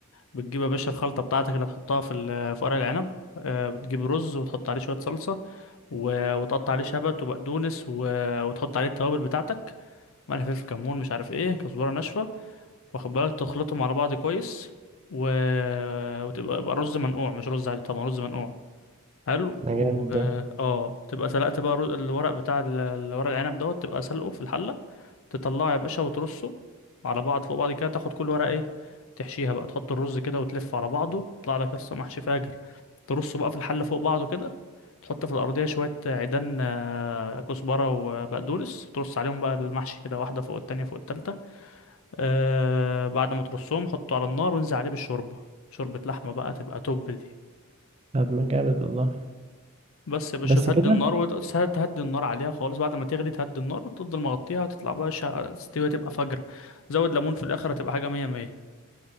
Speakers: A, on the left; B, on the right.
A: بتجيب يا باشا الخلطه بتاعتك اللي هتحطها في ال- في ورق العنب آه، بتجيب رز وتحط عليه شويه صلصه و- وتقطع عليه شبت وبقدونس و- وتحط عليه التوابل بتاعتك ملح فلفل كمون مش عارف ايه كزبره ناشفه واخد بالك تخلطهم على بعض كويس و... وتبقى يبقى رز منقوع مش رز عادي طبعا رز منقوع حلو
B: ده
A: و
B: جامد ده
A: اه تبقى سلقت بقى الرز- الورق بتاع ال- الورق العنب دوت تبقى سلقه في الحلة تطلعه يا باشا وترصه على بعض فوق بعض كده تاخد كل ورقة ايه تحشيها بقى تحط الرز كده وتلف على بعضه تطلع لك قصة محشي فاجر ترصه بقى في الحله فوق بعضه كده تحط في الارضيه شويه عيدان آه، كزبره وبقدونس ترص عليهم بقى المحشي كده واحده فوق التانية فوق التالتة آه بعد ما ترصهم حطه على النار وانزل عليه بالشوربه شوربه لحمه بقى تبقى توب دي
B: طب ما جامد والله
A: بس يا باشا
B: بس
A: تهدي
B: كده
A: النار وتهدي النار عليها خالص بعد ما تغلي تهدي النار وتفضل مغطيها تطلع بقى شا... تستوي تبقى فجر زود ليمون في الاخر هتبقى حاجه مية مية